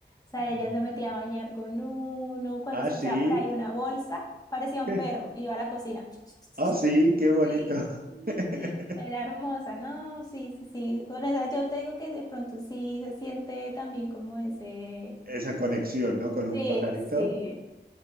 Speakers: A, on the left; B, on the right.
A: O sea,
B: Mm.
A: ella se metía a bañar con uno. Cuando
B: ah
A: escuchaba
B: sí
A: por ahí una bolsa, parecía un
B: <laughs>
A: perro. Iba a la cocina. <laughs>
B: Ah, sí, qué bonito.
A: Sí, sí,
B: <laughs>
A: era hermosa, ¿no? Sí, sí, sí. Con esa yo te digo que de pronto sí se siente también como ese.
B: Esa conexión, ¿no? Con un
A: Sí,
B: pajarito.
A: sí.